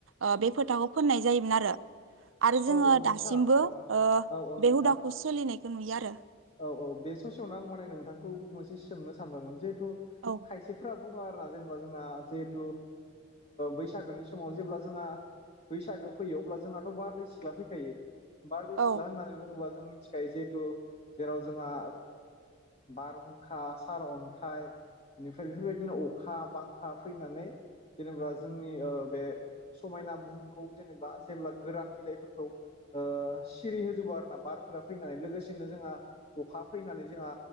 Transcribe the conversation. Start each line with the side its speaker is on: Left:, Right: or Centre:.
Right: ओ बे फोथाखौ फोननाय जायोमोन आरो। आरो जोङो
Left: औ औ
Right: दासिमबो
Left: नोंथां
Right: ओ
Left: औ औ
Right: बे
Left: नोंथां
Right: हुदाखौ सोलिनायखौ नुयो आरो।
Left: औ औ बे ससेयावनो आं माने नोंथांखौ मोनसे सोंनो सानदोंगौमोन जिहेथु
Right: औ
Left: खायसेफोरारा बुङो आरोना जेनेबा जोंहा जहेथु बैसागोनि समाव जेब्ला जोंहा बैसागो फैयो अब्ला जोंहाथ बारदै सिख्ला फैखायो बारदै
Right: औ
Left: सिख्ला होननानै बुङोब्ला जों मिथिखायो जिहेतु जेराव जोंहा बारहुंखा सार अन्थाइ बेनिफ्राय बेफोरबायदिनो अखा बांखा फैनानै जेनेबा जोंनि बे समायना बुहुमखौ जेनेबा जेब्ला गोरान बिलाइफोरखौ ओ सिरि होजोबो आर ना बारफोरा फैनानै लोगोसेनो जोंहा अखा फैनानै जोंहा